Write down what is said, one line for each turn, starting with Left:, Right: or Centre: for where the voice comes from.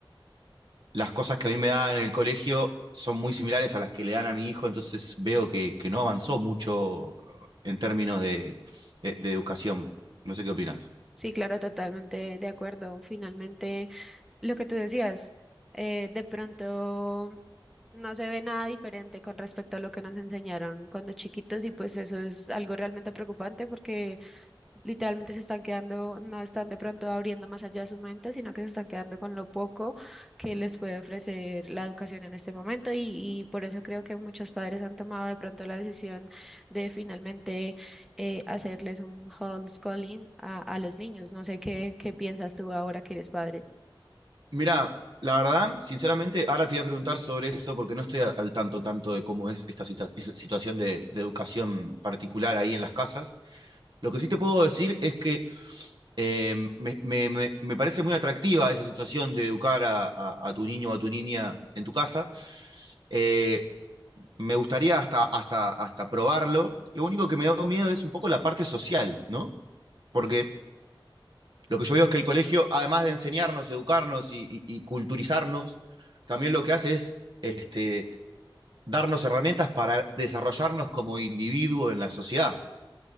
Right: las cosas que a mí me daban en el colegio son muy similares a las que le dan a mi hijo, entonces veo que, que no avanzó mucho en términos de, de- de educación. No sé qué opinas.
Centre: Sí, claro, totalmente de acuerdo. Finalmente, lo que tú decías, eh, de pronto no se ve nada diferente con respecto a lo que nos enseñaron cuando chiquitos y pues eso es algo realmente preocupante porque literalmente se están quedando, no están de pronto abriendo más allá de su mente, sino que se están quedando con lo poco que les puede ofrecer la educación en este momento y, y por eso creo que muchos padres han tomado de pronto la decisión de finalmente eh, hacerles un homeschooling a, a los niños. No sé qué, qué piensas tú ahora que eres padre.
Right: Mira, la verdad, sinceramente, ahora te voy a preguntar sobre eso porque no estoy a- al tanto tanto de cómo es esta situa- esa situación de, de educación particular ahí en las casas. Lo que sí te puedo decir es que eh, me, me- me parece muy atractiva esa situación de educar a, a- a tu niño o a tu niña en tu casa. Eh, me gustaría hasta, hasta, hasta probarlo. Lo único que me da miedo es un poco la parte social, ¿no? Porque lo que yo veo es que el colegio, además de enseñarnos, educarnos y, y- y culturizarnos, también lo que hace es este, darnos herramientas para desarrollarnos como individuo en la sociedad.